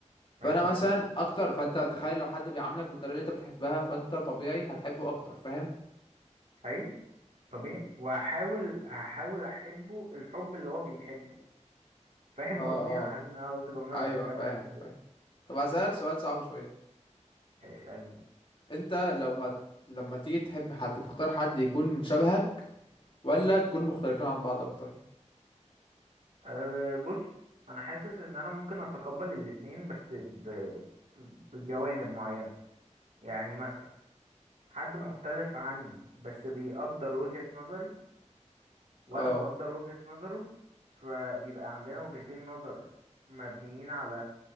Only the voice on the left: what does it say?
فانا
مثلا
اكتر فانت تخيل لو حد بيعاملك بالطريقه اللي انت بتحبها فانت طبيعي هتحبه اكتر فاهم
اه
اه
ايوه
فاهم
فاهم طب هسألك سؤال صعب شوية
انت لو هت لما تيجي تحب حد تختار حد يكون شبهك ولا تكونوا مختلفين عن بعض اكتر
ف-
اه